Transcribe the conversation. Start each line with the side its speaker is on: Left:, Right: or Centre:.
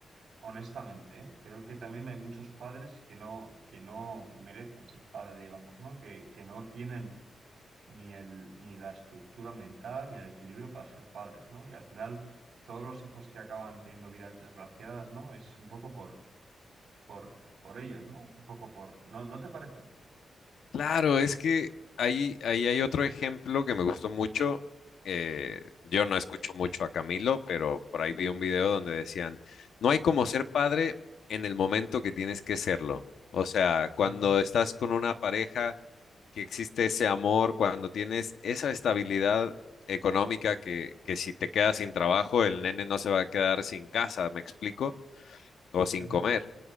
Right: Honestamente, ¿eh? Creo que también hay muchos padres que no, que no merecen ser padre, digamos, ¿no? Que, que no tienen ni el, ni la estructura mental ni el equilibrio para ser padres, ¿no? Y al final, todos los hijos que acaban teniendo vidas desgraciadas, ¿no? Es un poco por, por, por ellos, ¿no? Un poco por. ¿No, no te parece?
Left: Claro, es que ahí, ahí hay otro ejemplo que me gustó mucho. Eh, yo no escucho mucho a Camilo, pero por ahí vi un video donde decían, no hay como ser padre en el momento que tienes que serlo. O sea, cuando
Right: Ujú,
Left: estás con una pareja que existe ese amor, cuando tienes esa estabilidad económica que, que si te quedas sin trabajo, el nene no se va a quedar sin casa, ¿me explico? O sin
Right: ujú.
Left: comer.